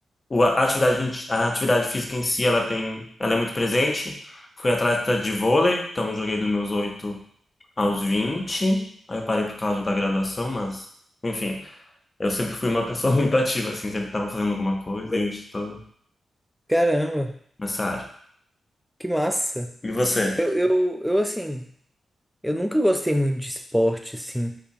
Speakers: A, on the left; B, in the centre.
A: o- a atividade, em- a atividade física em si, ela tem, ela é muito presente. Fui atleta de vôlei, então joguei dos meus 8 aos vinte Aí eu parei por causa da graduação, mas, enfim, eu sempre fui uma pessoa <laughs> muito ativa, assim, sempre estava fazendo alguma coisa e hoje estou
B: Caramba,
A: nessa área.
B: que massa!
A: E você?
B: Eu, eu, eu, assim, eu nunca gostei muito de esporte, assim.